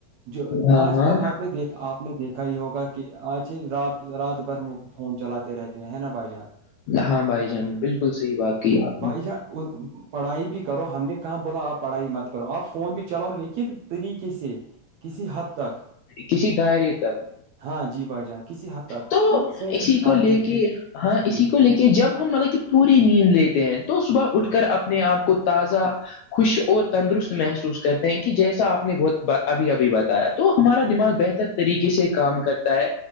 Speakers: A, on the right (about 75°); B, on the left (about 80°).
A: جو
B: ہاں
A: آج
B: ہاں
A: کل آپ نے دیک آپ نے دیکھا ہی ہوگا کہ آج رات رات بھر فون چلاتے رہتے ہیں نا بھائی جان
B: ہاں بھائی جان بالکل صحیح بات کی آپ
A: بھائی ج پڑھائی بھی کرو ہم نے کہاں بولا آپ پڑھائی مت کرو آپ فون پہ چلاؤ لکھت طریقے سے کسی حد تک
B: کسی دائرے تک
A: ہاں جی بھائی جان کسی حد تک
B: تو
A: فون
B: اسی کو
A: ہاں
B: لے
A: جی جی
B: کے ہاں اسی
A: جی جی
B: کو لے کے کہ جب ہم مطلب کہ پوری نیند لیتے ہیں تو صبح اٹھ کر اپنے آپ کو تازہ خوش اور تندرست محسوس کرتے ہیں کہ جیسا آپ نے بہت ابھی ابھی بتایا تو ہمارا دماغ بہتر طریقے سے کام کرتا ہے